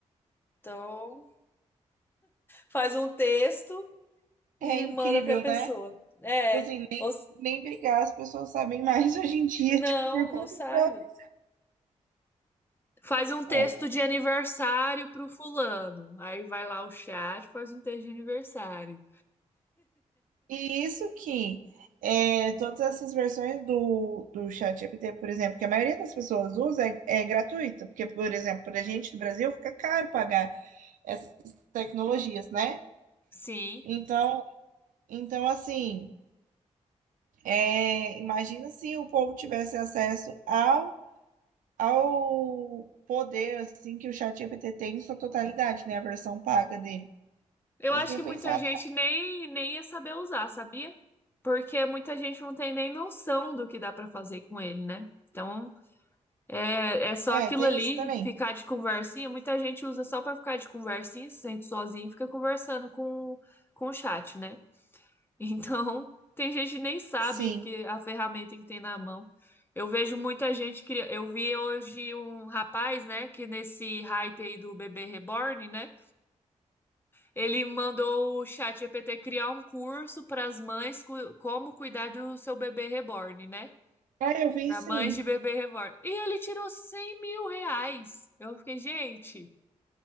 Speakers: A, on the left; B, on the right.
A: Então, faz um texto
B: é
A: e
B: incrível,
A: manda para a pessoa.
B: né? Tipo
A: É,
B: Assim, nem,
A: ou s-
B: nem brigar, as pessoas sabem <laughs> mais hoje em dia,
A: não,
B: tipo, por conta
A: não sabe.
B: própria.
A: Faz um texto
B: É.
A: de aniversário pro fulano. Aí vai lá o chat, faz um texto de aniversário.
B: E isso que é, todas essas versões do, do ChatGPT, por exemplo, que a maioria das pessoas usa, é, é gratuita, porque, por exemplo, para a gente do Brasil fica caro pagar essas tecnologias, né?
A: Sim,
B: Então, então assim, é, imagina se o povo tivesse acesso ao, ao poder assim que o ChatGPT tem em sua totalidade, né? A versão paga dele.
A: Eu
B: Eles
A: acho
B: não iam
A: que muita
B: pensar.
A: gente nem, nem ia saber usar, sabia? Porque muita gente não tem nem noção do que dá pra fazer com ele, né? Então, é, é só
B: É,
A: aquilo
B: tem
A: ali,
B: isso também.
A: ficar de conversinha. Muita gente usa só pra ficar de conversinha, se sente sozinho e fica conversando com, com o chat, né? <laughs> Então, tem gente que nem sabe
B: Sim.
A: que a ferramenta que tem na mão. Eu vejo muita gente que eu vi hoje um rapaz, né, que nesse hype aí do bebê reborn, né? Ele mandou o ChatGPT criar um curso para as mães cu- como cuidar do seu bebê reborn, né?
B: Ah, eu vi
A: Para
B: sim.
A: mães de bebê reborn. E ele tirou cem mil reais. Eu fiquei, gente,